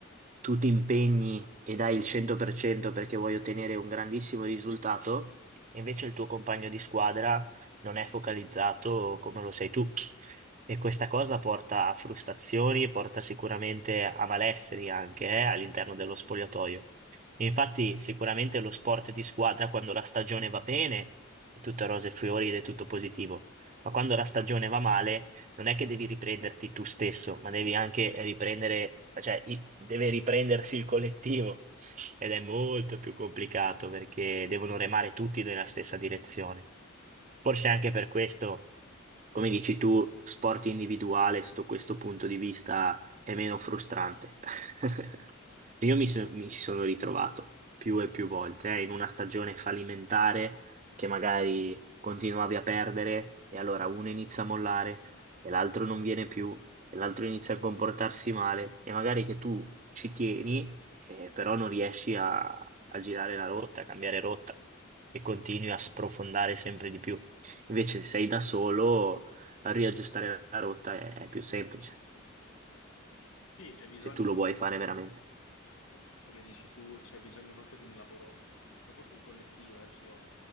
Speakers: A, on the right (about 35°); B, on the left (about 75°).
A: tu ti impegni e dai il 100% perché vuoi ottenere un grandissimo risultato, e invece il tuo compagno di squadra non è focalizzato come lo sei tu. E questa cosa porta a frustrazioni, porta sicuramente a malesseri anche, eh, all'interno dello spogliatoio. E infatti sicuramente lo sport di squadra quando la stagione va bene è tutto rose e fiori ed è tutto positivo, ma quando la stagione va male non è che devi riprenderti tu stesso, ma devi anche riprendere, cioè i- deve riprendersi il collettivo ed è molto più complicato perché devono remare tutti nella stessa direzione. Forse anche per questo, come dici tu, sport individuale sotto questo punto di vista è meno frustrante. <laughs> Io mi, so- mi ci sono ritrovato più e più volte, eh, in una stagione fallimentare che magari continuavi a perdere e allora uno inizia a mollare e l'altro non viene più e l'altro inizia a comportarsi male e magari che tu ci tieni, eh, però non riesci a, a girare la rotta, a cambiare rotta e continui a sprofondare sempre di più. Invece se sei da solo, riaggiustare la rotta è è più semplice,
B: Sì, hai bisogno
A: se tu lo vuoi fare veramente.
B: Sì, come dici tu, c'è bisogno proprio di un lavoro proprio sul collettivo. Adesso io,